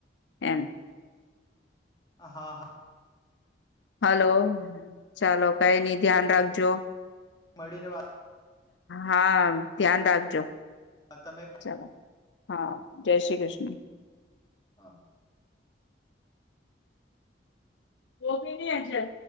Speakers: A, on the left; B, on the left.
A: એમ
B: હા હા
A: હલો ચાલો કઈ નઈ ધ્યાન રાખજો
B: મળી ને વાત
A: હા ધ્યાન રાખજો
B: તમે
A: ચાલો હા જય શ્રી કૃષ્ણ
B: <inaudible>
A: વોગી ની અજર